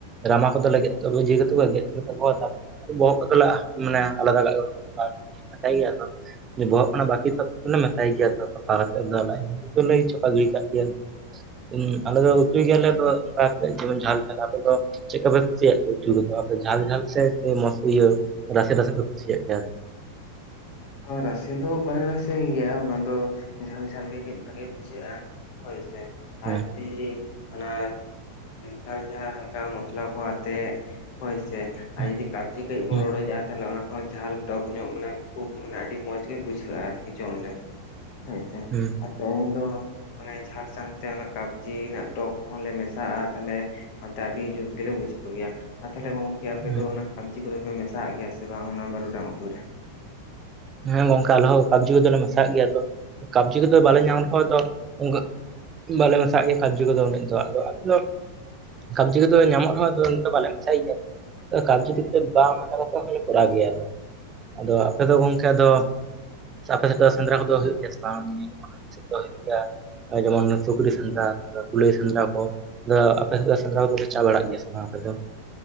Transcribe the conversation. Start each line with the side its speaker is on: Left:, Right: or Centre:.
Right: ᱨᱟᱢᱟ ᱠᱚᱫᱚ ᱞᱮ ᱜᱮᱫ ᱛᱟᱠᱚ ᱤᱭᱟ ᱛᱟᱠᱳᱣᱟ ᱜᱮᱫ ᱠᱮᱫ ᱛᱟᱠᱳᱣᱟ ᱛᱟᱯᱚᱨᱮ ᱵᱚᱦᱚᱜ ᱠᱚᱫᱚ ᱞᱮ ᱢᱟᱱᱮ ᱟᱞᱟᱫᱟ ᱠᱟᱜ <unintelligible> ᱜᱮᱭᱟ ᱛᱚ ᱮ ᱵᱚᱦᱚᱜ ᱠᱟᱱᱟ ᱵᱟᱠᱤ ᱛᱮᱫ ᱫᱚᱞᱮ ᱢᱮᱥᱟᱭ ᱜᱮᱭᱟ ᱥᱟᱯᱷᱟ ᱠᱟᱛᱮ ᱫᱚ ᱞᱟᱡ ᱠᱚᱫᱚᱞᱮ ᱪᱟᱯᱟᱜ ᱜᱤᱲᱤ ᱠᱟᱜ ᱜᱮᱭᱟ
Left: <inaudible>
Right: ᱦᱩᱸ ᱟᱞᱮ ᱫᱚ ᱩᱛᱩᱭ ᱜᱮᱭᱟᱞᱮ ᱟᱫᱚ ᱚᱝᱠᱟ ᱡᱮᱢᱚᱱ ᱡᱷᱟᱞ ᱡᱷᱟᱞ ᱟᱯᱮ ᱫᱚ ᱪᱮᱫᱠᱟ ᱯᱮ ᱠᱩᱥᱤᱭᱟᱜ ᱜᱮᱭᱟ ᱩᱛᱩ ᱠᱚᱫᱚ ᱟᱯᱮ ᱡᱷᱟᱞ ᱡᱷᱟᱞ ᱥᱮ ᱤᱭᱟᱹ ᱨᱟᱥᱮ ᱨᱟᱥᱮ ᱯᱮ ᱠᱩᱥᱤᱭᱟᱜ ᱜᱮᱭᱟ
Left: ᱨᱟᱥᱮ ᱫᱚ ᱵᱟᱞᱮ ᱨᱟᱥᱮ ᱜᱮᱭᱟ ᱚᱱᱟ ᱫᱚ ᱡᱷᱟᱞ ᱡᱷᱟᱞ ᱜᱮ ᱠᱟᱹᱡ ᱵᱷᱟᱜᱤ ᱵᱩᱡᱷᱟᱹᱜᱼᱟ ᱦᱳᱭ ᱥᱮ
Right: ᱦᱮᱸ
Left: ᱟᱨ ᱡᱩᱫᱤ ᱚᱱᱟ ᱡᱷᱟᱞ ᱡᱷᱟᱞ ᱦᱟᱞᱠᱟ ᱢᱚᱥᱞᱟ ᱠᱚ ᱟᱛᱮ ᱦᱳᱭ ᱥᱮ ᱟᱨ
Right: ᱦᱩᱸ
Left: ᱡᱩᱫᱤ ᱠᱟᱵᱽᱡᱤ ᱠᱟᱡ ᱵᱚᱱ
Right: ᱦᱩᱸ
Left: ᱨᱚᱰᱚᱡᱟᱜᱼᱟ ᱛᱟᱦᱚᱞᱮ ᱚᱱᱟᱦᱚᱸ ᱡᱷᱟᱞ ᱴᱚᱠ ᱧᱚᱜ ᱢᱮᱱᱟᱜᱼᱟ ᱠᱷᱩᱵ ᱢᱟᱱᱮ ᱟᱹᱰᱤ ᱢᱚᱸᱡᱽ ᱜᱮ ᱵᱩᱡᱷᱟᱹᱜᱼᱟ ᱟᱨᱠᱤ ᱡᱚᱢ ᱨᱮ ᱦᱳᱭ ᱥᱮ
Right: ᱦᱩᱸ
Left: <unintelligible> ᱫᱚ ᱮ ᱡᱷᱟᱞ ᱥᱟᱝᱛᱮ ᱚᱱᱟ ᱠᱟᱵᱽᱡᱤ ᱨᱮᱱᱟᱜ ᱴᱚᱠ ᱦᱚᱸᱞᱮ ᱢᱮᱥᱟᱜᱼᱟ ᱛᱟᱦᱞᱮ ᱚᱱᱟᱛᱮ ᱟᱹᱰᱤ ᱡᱩᱛ ᱜᱮᱞᱮ ᱵᱩᱡ ᱠᱚᱜᱮᱭᱟ ᱟᱨ ᱛᱟᱦᱚᱞᱮ ᱜᱚᱝᱠᱮ
Right: ᱦᱮᱸ
Left: ᱟᱯᱮ ᱫᱚ ᱚᱱᱟ ᱠᱟᱵᱽᱡᱤ ᱠᱚᱫᱚᱯᱮ ᱢᱮᱥᱟᱣᱟᱜ ᱜᱮᱭᱟ ᱥᱮ ᱵᱟᱝ ᱚᱱᱟ ᱵᱟᱹᱨᱩᱰᱟᱝ ᱩᱛᱩ ᱨᱮ
Right: ᱦᱮᱸ ᱜᱚᱝᱠᱮ ᱟᱞᱮ ᱦᱚᱸ ᱠᱟᱵᱽᱡᱤ ᱠᱚᱫᱚᱞᱮ ᱢᱮᱥᱟᱜ ᱜᱮᱭᱟ ᱟᱫᱚ ᱠᱟᱵᱽᱡᱤ ᱠᱚᱫᱚ ᱵᱟᱞᱮ ᱧᱟᱢ ᱞᱮᱠᱷᱟᱱ ᱫᱚ ᱩᱱ ᱫᱚ ᱵᱟᱞᱮ ᱢᱮᱥᱟᱣᱟᱜ ᱜᱮᱭᱟ ᱠᱟᱵᱡᱤ ᱠᱚᱫᱚ ᱩᱱᱟᱹᱜ ᱫᱚ ᱟᱫᱚ ᱟᱞᱮ ᱫᱚ ᱠᱟᱵᱽᱡᱤ ᱠᱚᱫᱚ ᱧᱟᱢᱚᱜ ᱨᱮᱦᱚᱸ ᱟᱫᱚ ᱱᱤᱛ ᱵᱟᱞᱮ ᱢᱮᱥᱟᱭ ᱜᱮᱭᱟ ᱠᱟᱵᱡᱤ ᱡᱩᱫᱤᱞᱮ ᱵᱟᱝ ᱢᱮᱥᱟ ᱠᱟᱛᱮ ᱦᱚᱸᱞᱮ ᱠᱚᱨᱟᱣ ᱜᱮᱭᱟ ᱟᱫᱚ, ᱟᱫᱚ ᱟᱯᱮ ᱫᱚ ᱜᱚᱝᱠᱮ ᱡᱟᱦᱟᱸ ᱫᱚ ᱟᱯᱮ ᱥᱮᱫ ᱫᱚ ᱥᱮᱸᱫᱽᱨᱟ ᱠᱚᱫᱚ ᱦᱩᱭᱩᱜ ᱜᱮᱭᱟ ᱥᱮ ᱵᱟᱝ <unintelligible> ᱥᱮᱫ ᱫᱚ ᱦᱩᱭᱩᱜ ᱜᱮᱭᱟ ᱟᱞᱮ ᱡᱮᱢᱚᱱ ᱥᱩᱠᱨᱤ ᱥᱮᱸᱫᱽᱨᱟ ᱠᱩᱞᱟᱹᱭ ᱥᱮᱸᱫᱽᱨᱟ ᱠᱚ ᱟᱫᱚ ᱟᱯᱮ ᱥᱮᱫ ᱫᱚ ᱥᱮᱸᱫᱽᱨᱟ ᱠᱚᱫᱚ ᱯᱮ ᱪᱟᱞᱟᱣ ᱵᱟᱲᱟᱜ ᱜᱮᱭᱟ ᱥᱮ ᱵᱟᱝ ᱟᱯᱮ ᱫᱚ